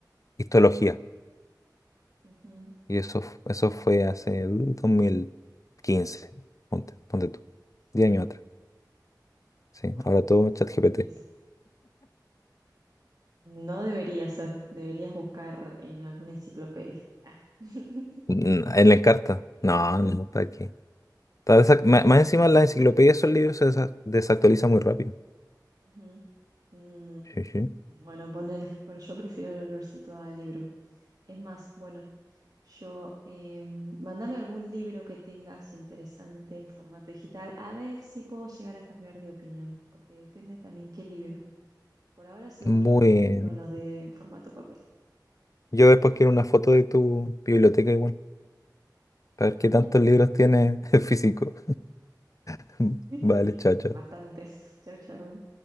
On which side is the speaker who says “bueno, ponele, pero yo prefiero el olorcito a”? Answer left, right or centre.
Right